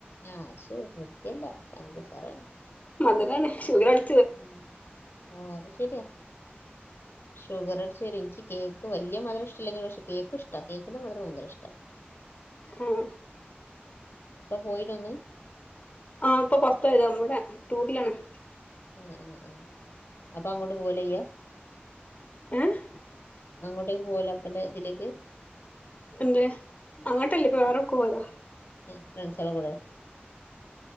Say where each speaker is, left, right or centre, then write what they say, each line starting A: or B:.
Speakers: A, on the left; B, on the left.
A: ആഹ് ശരിയാ ഹെൽത്തില്ല പഞ്ചസാര ആണ്
B: മധുരാണ് ഷുഗർ അടി
A: ഉം ആഹ് അത് ശരിയാ ഷുഗർ അടിച്ച് വരും ഇനിക്ക് കേക്ക് വല്യ മധുരഷ്ടല്ലെങ്കിലും പക്ഷെ കേക്ക് ഇഷ്ടാ കേക്കിന്റെ മധുരം ഭയങ്കരഷ്ടാ
B: ഉം
A: ഇപ്പ പോയിനോ ഇന്ന്
B: ആഹ് ഇപ്പൊ പൊറത്ത് പോയതാ ഇവടെ <unintelligible>
A: ഉം ഉം ഉം അപ്പൊ അങ്ങോട്ട് പോവല്ലേ ചെയ്യാ?
B: ഏഹ്
A: അങ്ങോട്ടേക്ക് പോവല്ലെ അപ്പന്റെ ഇതിലേയ്ക്ക്
B: എന്ത് അങ്ങട്ടല്ലേ ഇപ്പൊ വേറെവ്ടക്കൊ പോയതാ
A: <unintelligible> ഫ്രണ്ട്സാളെ കൂടെ